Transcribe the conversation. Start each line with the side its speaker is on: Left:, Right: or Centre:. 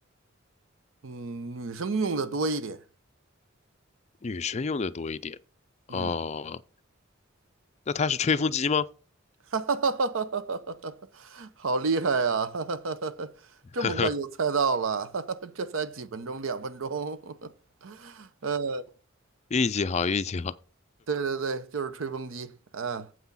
Right: 嗯，女生用的多一点。
Left: 女生用的多一点。哦，
Right: 嗯，
Left: 那它是吹风机吗？
Right: <laughs> 哈哈哈哈哈哈，好厉害呀！<laughs> 哈哈哈哈，
Left: <laughs>
Right: 这么快就猜到了，
Left: 呵呵，
Right: <laughs> 哈哈，这才几分钟，两分钟。<laughs> 呃，
Left: 运气好，运气好。
Right: 对对对，就是吹风机。嗯，